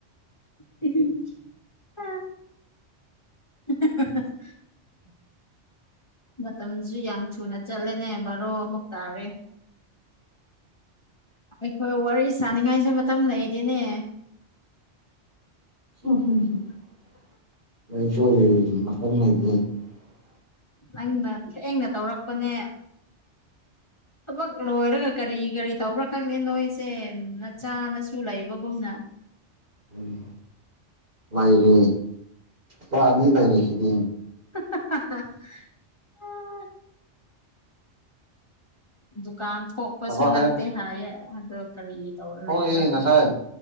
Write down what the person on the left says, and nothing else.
ꯑ ꯃꯇꯝꯁꯨ ꯌꯥꯝ ꯊꯨꯅ ꯆꯠꯂꯦꯅꯦ ꯕꯥꯔꯣ ꯑꯃꯨꯛ ꯇꯥꯔꯦ ꯑꯩꯈꯣꯏ ꯋꯥꯔꯤ ꯁꯥꯅꯤꯡꯉꯥꯏꯁꯨ ꯃꯇꯝ ꯂꯩꯔꯤꯅꯦ
ꯅꯪꯅ ꯊꯦꯡꯅ ꯇꯧꯔꯛꯄꯅꯦ ꯊꯕꯛ ꯂꯣꯏꯔꯒ ꯀꯔꯤ ꯀꯔꯤ ꯇꯧꯕ꯭ꯔꯥ ꯈꯪꯗꯦ ꯅꯣꯏꯁꯦ ꯅꯆꯥꯅꯁꯨ ꯂꯩꯕꯒꯨꯝꯅ <inaudible>
<inaudible> ꯗꯨꯀꯥꯟ ꯊꫭꯛꯄꯁꯨ
ꯅꯠꯇꯦ ꯍꯥꯏꯌꯦ ꯑꯗꯨ ꯀꯔꯤ ꯇꯧꯔ
ꯂꯩꯕ꯭ꯔꯥ